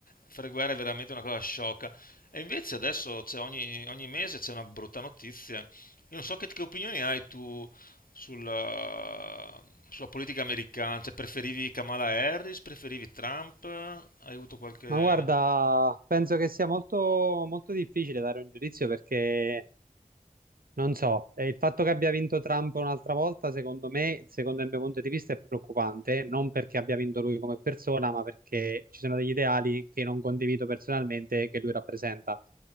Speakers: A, on the left (about 80°); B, on the right (about 85°).
A: fare guerre è veramente una cosa sciocca. E invece adesso c'è ogni, ogni mese c'è una brutta notizia. Io non so che, che opinioni hai tu sulla, sulla politica americana? Cioè, preferivi Kamala Harris? Preferivi Trump? Hai avuto qualche...
B: ma guarda, penso che sia molto, molto difficile dare un giudizio perché... Non so, eh, il fatto che abbia vinto Trump un'altra volta, secondo me, secondo il mio punto di vista, è preoccupante, non perché abbia vinto lui come persona, ma perché ci sono degli ideali che non condivido personalmente che lui rappresenta.